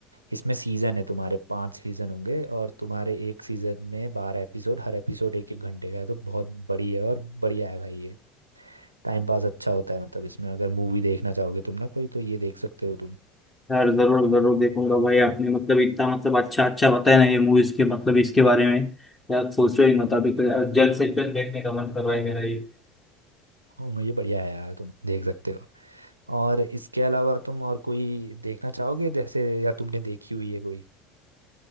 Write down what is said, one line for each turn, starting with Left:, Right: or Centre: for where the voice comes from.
Right: इसमें सीजन है तुम्हारे पांच सीजन होंगे और तुम्हारे एक सीजन में बारह एपिसोड हर एपिसोड एक एक घंटे का है तो बहुत बड़ी है और बढ़िया है भाई ये टाइम पास अच्छा होता है मतलब इसमें अगर मूवी देखना चाहोगे तुम ना कोई तो ये देख सकते हो तुम
Left: यार जरूर जरूर देखूंगा भाई आपने मतलब इतना मतलब अच्छा अच्छा बताया ना ये मूवीज के मतलब इसके बारे में यार सोचो ही मत अभी तो यार जल्द से जल्द देखने का मन कर रहा है मेरा ये
Right: हाँ, ये बढ़िया है यार तुम देख सकते हो और इसके अलावा तुम और कोई देखना चाहोगे जैसे या तुमने देखी हुई है कोई